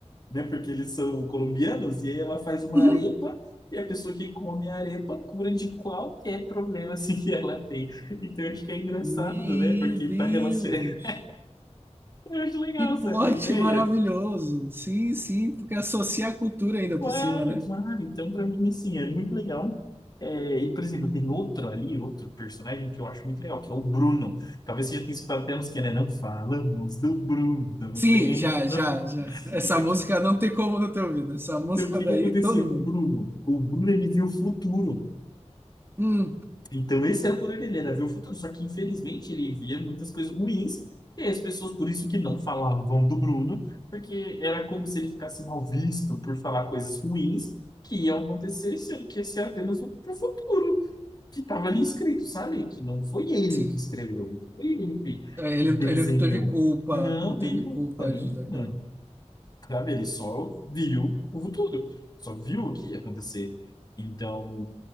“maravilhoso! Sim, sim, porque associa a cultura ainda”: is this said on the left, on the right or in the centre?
Right